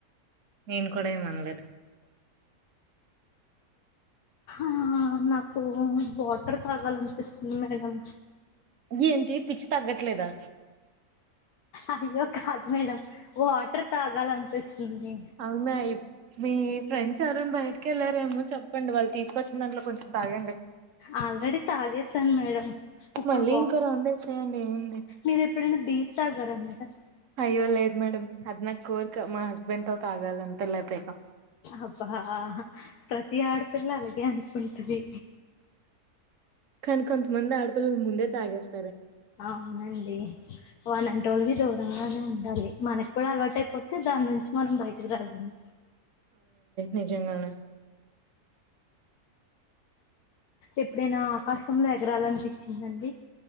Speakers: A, on the right; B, on the left.
A: నేను కూడా ఏంఅనలేదు
B: ఆ నాకు వాటర్ తాగాలనిపిస్తుంది మేడం
A: ఏంటి పిచ్చి తగ్గట్లేదా
B: అయ్యో కాదు మేడం వాటర్ తాగాలనిపిస్తుంది
A: అవునా మీ ఫ్రెండ్స్ ఎవరైనా బయటకి వెళ్లారేమో చెప్పండి వాళ్ళు తీసుకొచ్చింద కొంచెం తాగండి
B: ఆల్రెడీ తాగేసాను మేడం ఇప్పుడు
A: మళ్ళీ
B: బా
A: ఇంకో రౌండ్ వేసేయండి ఏముంది
B: మీరు ఎప్పుడైనా బీర్ తాగారా మేడం
A: అయ్యో లేదు మేడం అది నా కోరిక మా హస్బెండ్ తాగాలని పెళ్లి అయిపోయాక
B: అబ్బా ప్రతి ఆడపిల్ల అలాగే అనుకుంటది
A: కనకొంత మంది ఆడపిల్లలు ముందే తాగేస్త
B: అవునండి వనంట వాళ్ళకి దూరంగానే ఉండాలి మనకు కూడా అలవాట అయిపోతే దాని నుంచి మనం బయటకి రాలేము
A: నిజంగా
B: ఎప్పుడైనా ఆకాశంలో ఎగరాలనిపించిందండి